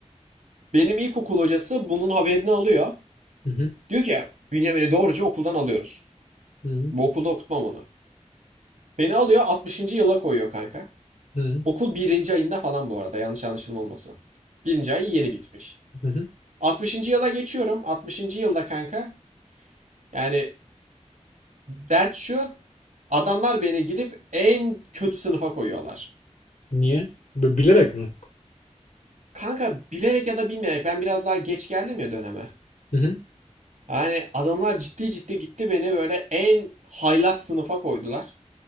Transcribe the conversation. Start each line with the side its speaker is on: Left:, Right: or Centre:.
Right: Benim ilkokul hocası bunun haberini alıyor.
Left: Hı hı.
Right: Diyor ki Bünyamin'i doğruca okuldan alıyoruz.
Left: Hı hı.
Right: Bu okulda okutmam onu. Beni alıyor 60. yıla koyuyor kanka.
Left: Hı hı.
Right: Okul birinci ayında falan bu arada yanlış anlaşılma olmasın. 1. ay yeni bitmiş.
Left: Hı hı.
Right: 60. yıla geçiyorum. 60. yılda kanka yani dert şu adamlar beni gidip en kötü sınıfa koyuyorlar.
Left: Niye? B- bilerek mi?
Right: Kanka bilerek ya da bilmeyerek ben biraz daha geç geldim ya döneme.
Left: Hı hı.
Right: Yani adamlar ciddi ciddi gitti beni böyle en haylaz sınıfa koydular.